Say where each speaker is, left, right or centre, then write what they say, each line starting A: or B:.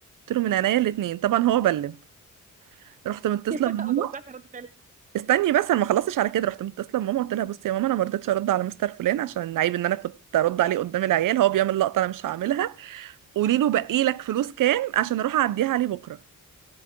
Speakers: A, on the right; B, on the right.
A: قلت له من عينيا الاثنين طبعا هو بلم رحت متصله
B: ما
A: بماما
B: توقعتش رد فعل
A: استني بس انا ما خلصتش على كده رحت متصله بماما قلت لها بصي يا ماما انا ما رضيتش ارد على مستر فلان عشان عيب ان انا كنت ارد عليه قدام العيال هو بيعمل لقطه انا مش هعملها قولي له باقي لك فلوس كام عشان اروح اعديها عليه بكره